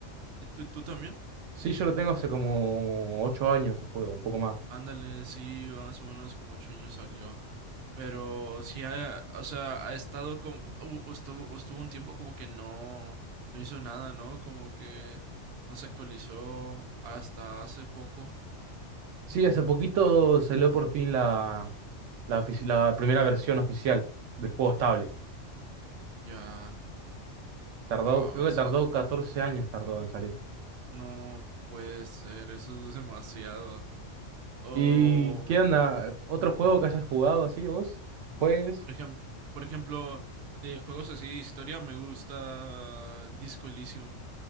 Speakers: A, on the right; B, on the right.
A: ¿tú, tú también?
B: sí, yo lo tengo hace como 8 años el juego, un poco más.
A: Ándale, sí, más o menos como ocho años salió. Pero sí, ha- o sea, ha estado como, u- u- estuvo, estuvo un tiempo como que no, no hizo nada, ¿no? Como que no se actualizó hasta hace poco.
B: Sí, hace poquito salió por fin la, la, ofici- la primera versión oficial del juego estable.
A: Ya,
B: Tardó,
A: wow,
B: creo
A: eso
B: que tardó 14 años tardó en salir.
A: no puede ser, eso es demasiado. O,
B: ¿Y qué onda? ¿Otro juego que hayas jugado así vos? Pues,
A: por ejemplo, por ejemplo, de juegos así de historia, me gusta Disco Elysium.